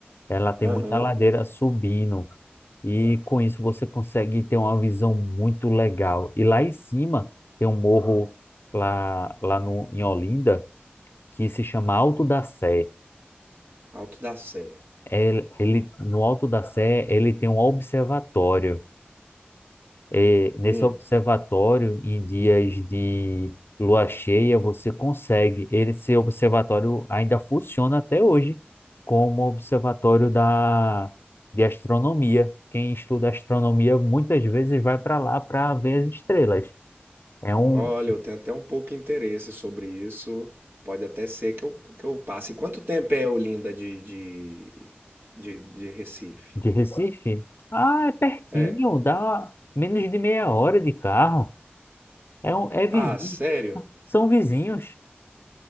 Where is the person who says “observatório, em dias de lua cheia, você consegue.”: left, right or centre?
Left